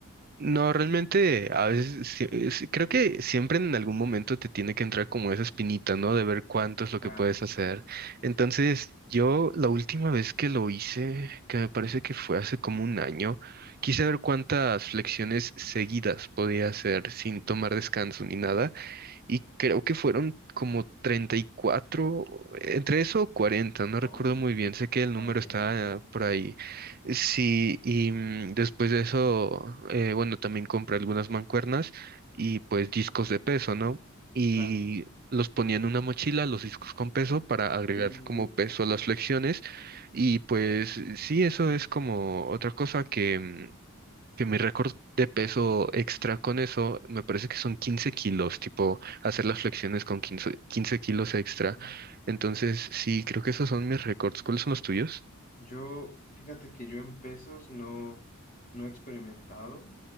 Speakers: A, on the right; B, on the left.
A: No, realmente a veces sí- sí- creo que siempre en algún momento te tiene que entrar como esa espinita, ¿no? De ver cuánto
B: Exacto.
A: es lo que puedes hacer.
B: Justo.
A: Entonces, yo la última vez que lo hice, que me parece que fue hace como un año, quise ver cuántas flexiones seguidas podía hacer sin tomar descanso ni nada y creo que fueron como 34 entre eso o 40, no
B: Oh,
A: recuerdo muy bien, sé que el
B: está
A: número
B: bien.
A: está por ahí. Sí, y mm, después de eso, eh, bueno, también compré algunas mancuernas y pues discos de peso, ¿no? Y
B: Claro.
A: los ponía en una mochila, los discos con peso, para agregar
B: Uh,
A: como peso a las flexiones. Y pues sí, eso es como otra cosa que... mm, que mi récord de peso extra con eso me parece que son 15 kilos, tipo hacer las flexiones con quince quince kilos extra.
B: ah.
A: Entonces, sí, creo que esos son mis récords. ¿Cuáles son los tuyos?
B: Yo, fíjate que yo en pesos no, no he experimentado.